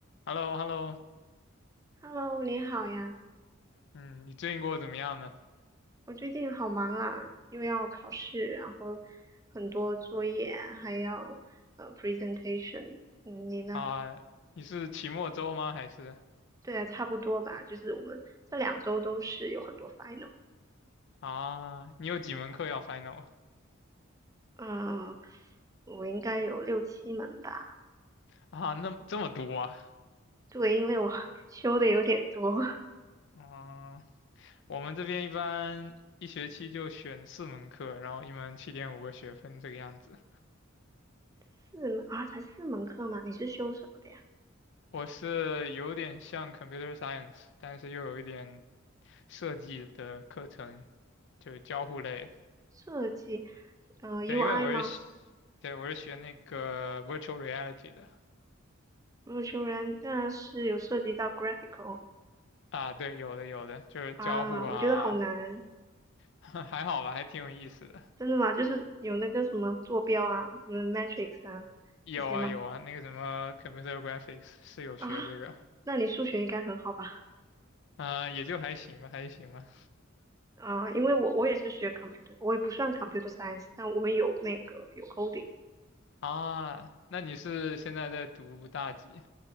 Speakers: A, on the left (about 55°); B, on the right (about 15°).
A: h e l l o h e l l o
B: Hello，你好呀，
A: 嗯，你最近过得怎么样呢？
B: 我最近好忙啊，又要考试，然后很多作业，还要呃 presentation。嗯，你呢？
A: 啊，你是期末周吗？还是
B: 对啊，差不多吧，就是我们这两周都是有很多 final。
A: 啊，你有几门课要 final
B: 嗯，我应该有六七门吧。
A: 啊？那么这么多啊？
B: 对，因为我 <laughs> 修的有点多，<laughs>
A: 啊，我们这边一般一学期就选四门课，然后一门七点五个学分这个样子。
B: 四门啊，才四门课吗？你是修什么的呀？
A: 我是有点像 computer science，但是又有一点设计的课程，就是交互类。
B: 设计，呃，UI
A: 对，因为我是学对，
B: 吗
A: 我是学那个 virtual reality 的。
B: v i r t u 是有涉及到 graphical
A: 啊，对，有的有的，就是交互啊，
B: 啊，我觉得好难。
A: <laughs> 还好吧，还挺有意思的。
B: 真的吗？就是有那个什么坐标啊，什么 matrix 啊这些吗？
A: 有啊有啊，那个什么 computer graphics 是有学这个，
B: 啊，那你数学应该很好吧？
A: <laughs> 啊、也就还行吧，还行吧。
B: 啊，因为我我也是学 computer，我也不算 computer science，但我们有那个有 coding。
A: 啊，那你是现在在读大几？